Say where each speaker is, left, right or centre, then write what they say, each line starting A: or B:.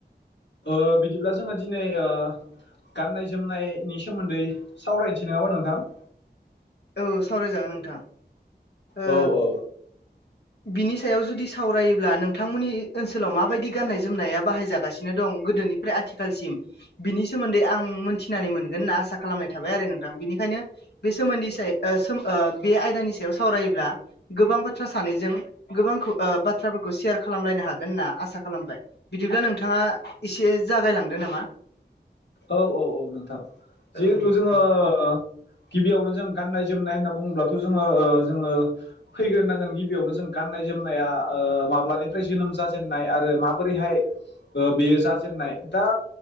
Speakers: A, on the left (about 85°); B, on the left (about 70°).
A: ओ बिदिब्ला जोङो दिनै ओ गाननाय जोमनायनि सोमोनदै सावरायनोसै नङाबा नोंथां
B: औ सावरायजागोन नोंथां ओ
A: औ औ
B: बिनि सायाव जुदि सावरायोब्ला नोंथांमोननि ओनसोलाव माबायदि गाननाय जोमनाया बाहायजागासिनो दं गोदोनि फ्राय आथिखालसिम बिनि सोमोन्दै आं मोनथिनानै मोनगोन होनना आसा खालामनाय थाबाय आरो नोंथां बेनिखायनो बे सोमोन्दै ओ बे आयदानि सायाव सावरायोब्ला गोबां बा बाथ्रा सानैजों गोबां ओ बाथ्राफोरखौ सेयार खालामलायनो हागोन होनना आसा खालामबाय बिदिब्ला नोंथाङा एसे जागायलांदो नामा
A: औ औ औ नोंथां जिहेथु
B: औ
A: जोङो
B: दे
A: ओ गिबियावनो जों गान्नाय जोमनाय होनना बुङोब्लाथ' जोङो ओ जोङो फैग्रोनांगोन गिबियावनो जों गाननाय जोमनाया ओ माब्लानिफ्राय जोनोम जाजेननाय आरो माबोरैहाय ओ बेयो जाजेननाय दा